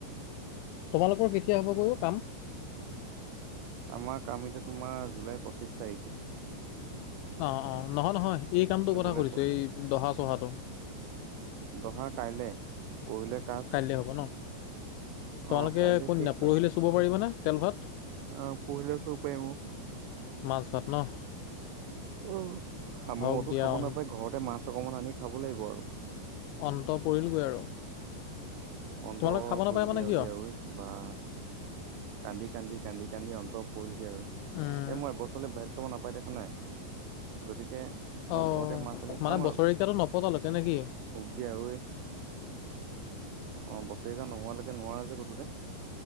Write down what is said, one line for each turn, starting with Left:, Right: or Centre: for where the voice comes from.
Left: তোমালোকৰ কেতিয়া হ'ব গৈ অ', কাম?
Right: আমাৰ কাম এতিয়া তোমাৰ জুলাই পঁচিশ তাৰিখে।
Left: অ', অ', নহয় - নহয় এই কামটো কথা
Right: জুলাই
Left: সুধিছো
Right: পঁচিশ
Left: এই দহা চহাটো।
Right: দহা কাইলে, পৰহিলে কাজ
Left: কাইলৈ হ'ব ন? তোমালোকে
Right: অ কাইলে
Left: কোনদিনা
Right: শেষ
Left: পৰহিলে
Right: আৰু
Left: চুব পাৰিবানে তেল ভাত?
Right: অ পৰহিলে চব পাৰিম
Left: মাছ ভাত ন?
Right: অ, আমি
Left: হওক
Right: মতো
Left: দিয়া
Right: খাব
Left: অন
Right: নাপাই ঘৰতে মাছ অকমান আনি খাব লাগিব আৰু।
Left: অন্ত পৰিলগৈ আৰু।
Right: অন্ত
Left: তোমালোকে খাব নাপায়
Right: পৰিলগে
Left: মানে
Right: আৰু
Left: কিয়
Right: দিয়া অই বা কান্দি-কান্দি-কান্দি-কান্দি অন্ত পৰিলগৈ আৰু এ
Left: উম
Right: মই এবছৰলে বাহিৰত খাব নাপাই দেখা নাই? গতিকে মই
Left: অঁ
Right: ঘৰতে মাছ আনি
Left: মানে
Right: খাম
Left: বছৰেকীয়াটো
Right: আৰু। সুখ
Left: নপতালৈকে নে কি
Right: দিয়া অই। অ, বছেৰিকিয়া নোহাৱালৈকে নোৱাৰা যে কতোতে।